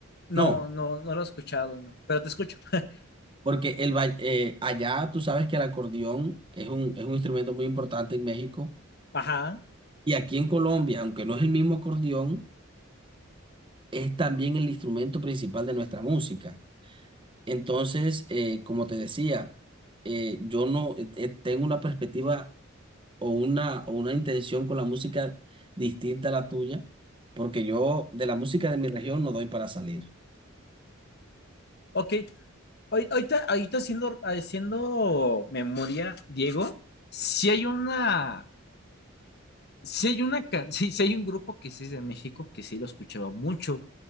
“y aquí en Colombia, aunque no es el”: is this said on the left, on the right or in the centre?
Right